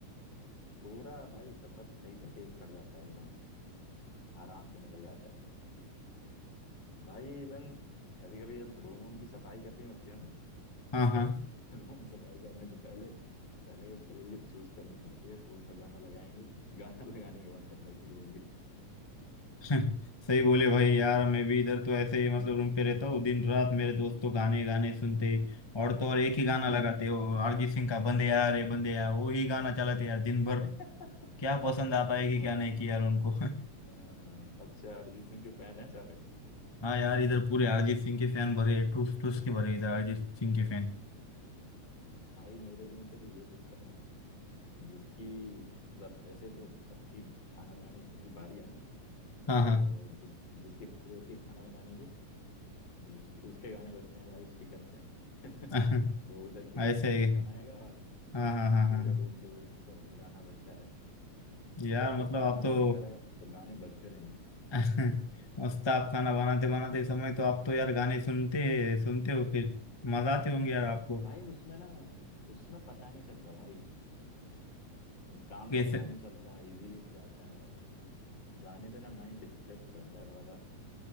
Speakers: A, on the left; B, on the left.
A: पूरा भाई सफर सही से सही कट जाता है एकदम आराम से निकल जाता है भाई इवन कभी कभी जब रूम वूम की सफाई करनी होती है ना
B: हाँ
A: तो <laughs>
B: हाँ
A: रूम सफाई करने से पहले पहले प्लेलिस्ट चूज करनी पड़ती है कौन सा गाना लगाएंगे गाना <laughs> लगाने के बाद सफाई शुरू होगी
B: <laughs> सही बोले भाई यार मैं भी इधर तो ऐसे ही मतलब रूम पे रहता हूँ दिन रात मेरे दोस्त तो गाने गाने सुनते हैं। और तो और एक ही गाना लगाते हो अरिजीत सिंह का बंदे यार ये बंदे यार वो ही गाना चलाते यार दिन भर
A: <laughs>
B: क्या पसंद आता है कि क्या नहीं कि यार उनको <laughs>
A: हाँ, अच्छा अरिजीत सिंह के फैन है सारे
B: हाँ यार इधर पूरे अरिजीत सिंह के फैन भरे हैं, ठूस ठूस के भरे हैं इधर अरिजीत सिंह के फैन
A: भाई मेरे रूम पे तो ये सिस्टम है जिसकी मतलब ऐसे तो सबकी खाना बनाने की बारी है ना
B: हाँ
A: तो जिस जिसकी बारी होती है खाना बनाने की उसके उसके गाने बजते हैं भाई स्पीकर पे
B: हाँ
A: <laughs> वो उधर किचन
B: <laughs> ऐसे
A: में खाना
B: ही
A: बनाएगा और
B: हाँ हाँ हाँ
A: पूरे
B: हाँ हाँ।
A: रूम पे वो स्पीकर में गाना बजता है
B: यार
A: जब तक
B: मतलब
A: खाना
B: आप तो
A: बनता रहेगा तब तक गाने बजते रहेंगे
B: <laughs> मस्त आप खाना बनाते बनाते समय तो आप तो यार गाने सुनते सुनते हो फिर मजा आते होंगे यार आपको
A: भाई उसमें ना उसमें पता नहीं चलता भाई काम
B: कैसे
A: का पता नहीं चलता इजीली हो जाता है गाने से ना माइंड डिस्ट्रैक्ट रहता है थोड़ा सा